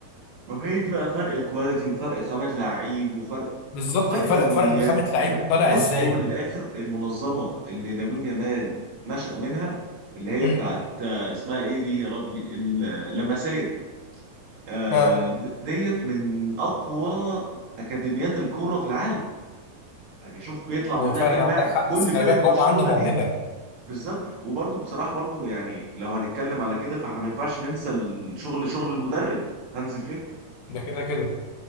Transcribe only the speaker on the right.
ما هي دي بقى فرق الكواليتي وفرق خامة لعيب وفرق
فرق
دوريات
فرق.
بص
هو من الآخر المنظمة اللي لامين يامال نشأ منها اللي هي
بتاعت آه، اسمها ايه دي يا ربي اللمسية آه،
د- ديت من أقوى أكاديميات الكرة في العالم يعني شوف بيطلع
منها
كام
لاعب
كل
فرقة
برشلونة
دي بالظبط وبرضه بصراحة برضه يعني لو هنتكلم على كده فاحنا ما ينفعش ننسى الشغل شغل المدرب هانزي فليك